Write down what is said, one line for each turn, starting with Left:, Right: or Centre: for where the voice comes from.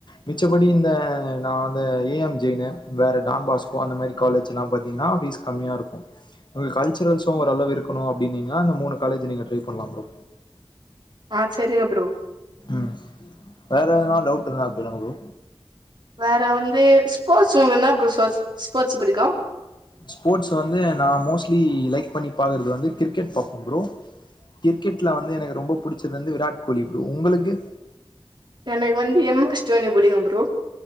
Left: மிச்சப்படி இந்த நான் வந்து ஏ எம் ஜெயின்னு வேற டான் பாஸ்கோ அந்த மாதிரி காலேஜ்லா பாத்தீங்கன்னா பீஸ் கம்மியா இருக்கு கல்ச்சரல்ஸ்சு ஓரளவு இருக்கணு அப்படின்னீங்கன்னா அந்த மூணு காலஜ் நீங்க ட்ரை பண்ணலா புரோ
Right: ஆ சேரிங்க புரோ
Left: ம் வேற எதனால டவுட் இருந்தா கேளுங்க புரோ
Right: வேற வந்து ஸ்போர்ட்ஸ் உங்கனா புரோ ஸ்போர்ட்ஸ் புடிக்கு
Left: ஸ்போர்ட்ஸ வந்து நா மோஸ்ட்லி லைக் பண்ணி பாக்கறது வந்து கிரிக்கெட் பாப்பே புரோ கிரிக்கெட்ல வந்து எனக்கு ரொம்ப புடிச்சது வந்து விராட் கோலி புரோ உங்களுக்கு
Right: எனக்கு வந்து எம் எஸ் தோணி பிடிக்கு bro